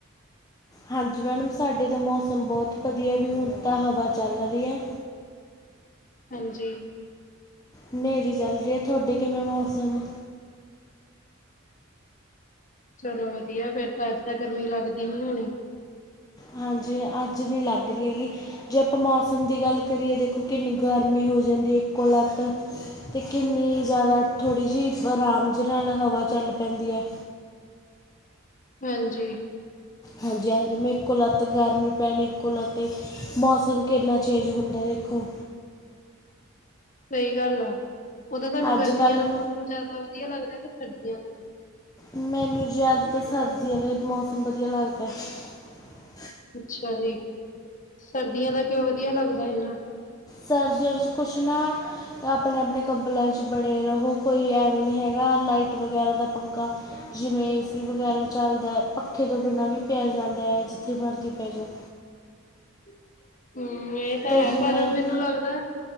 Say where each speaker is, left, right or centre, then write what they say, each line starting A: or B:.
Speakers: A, on the left; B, on the left.
A: ਹਾਂਜੀ ਮੈਡਮ ਸਾਡੇ ਤਾਂ ਮੌਸਮ ਬਹੁਤ ਵਧੀਆ ਵੀ ਹੁਣ ਤਾਂ ਹਵਾ ਚੱਲ ਰਹੀ ਹੈ।
B: ਹਾਂਜੀ
A: ਹਨੇਰੀ ਚੱਲ ਰਹੀ ਤੁਹਾਡੇ ਕਿਵੇਂ ਮੌਸਮ ਆ
B: ਚਲੋ ਵਧੀਆ ਫਿਰ ਤਾਂ ਅੱਜ ਤਾਂ ਗਰਮੀ ਲੱਗਦੀ ਨੀ ਹੋਣੀ।
A: ਹਾਂਜੀ ਅੱਜ ਵੀ ਲੱਗ ਰਹੀ ਹੈਗੀ ਜੇ ਆਪਾਂ ਮੌਸਮ ਦੀ ਗੱਲ ਕਰੀਏ ਦੇਖੋ ਕਿੰਨੀ ਗਰਮੀ ਜਾਂਦੀ ਇੱਕੋ ਲੱਤ ਤੇ ਕਿੰਨੀ ਜ਼ਿਆਦਾ ਥੋੜੀ ਜਿਹੀ ਆਰਾਮ ਜ ਨਾਲ ਹਵਾ ਚੱਲ ਪੈਂਦੀ ਹੈ
B: ਹਾਂਜੀ
A: ਹਾਂਜੀ ਹਾਂਜੀ ਮ ਇੱਕ ਲਲਾਤ ਗਰਮੀ ਪੈਣੀ ਇੱਕ ਵਲਾਤ ਮੌਸਮ ਕਿੰਨਾ ਚੇਂਜ ਹੁੰਦਾ ਰਿੱਖੋ
B: ਸਹੀ ਗੱਲ ਆ ਉਹਦਾ ਤੁਹਾਨੂੰ
A: ਅੱਜ
B: ਗਰਮੀਆਂ
A: ਕੱਲ੍ਹ
B: ਦਾ ਮੌਸਮ ਜਿਆਦਾ ਵਧੀਆ ਲੱਗਦਾ ਸਰਦੀਆਂ ਦਾ
A: ਮੈਨੂੰ ਜਿਆਦਾਤਰ ਸਰਦੀਆਂ ਦੇ ਮੌਸਮ ਵਧੀਆ ਲੱਗਦਾ ਹੈ
B: ਅੱਛਾ ਜੀ ਸਰਦੀਆਂ ਦਾ ਕਿਉਂ ਵਧੀਆ ਲੱਗਦਾ ਇਨਾ
A: ਸਰਜਰ ਕੁਛ ਨਾ ਆਪਣੇ ਆਪਣੇ ਕੰਬਲਾਂ ਚ ਬੜੇ ਰਹੋ ਕੋਈ ਐਵੇਂ ਨੀ ਹੈਗਾ ਲਾਈਟ ਵਗੈਰਾ ਦਾ ਪੰਖਾ ਜਿਵੇਂ ਏਸੀ ਵਗੈਰਾ ਚੱਲਦਾ ਪੱਖੇ ਤੋਂ ਬਿਨਾਂ ਵੀ ਪਿਆ ਜਾਂਦਾ ਜਾਂਦਾ ਹੈ ਜਿੱਥੇ ਮਰਜ਼ੀ ਪੈ ਜਾਓ
B: <inaudible> ਹਮ ਇਹ ਤਾਂ
A: ਅਤੇ
B: ਹੈ
A: ਜਿਵੇਂ
B: ਪਰ ਮੈਨੂੰ ਲੱਗਦਾ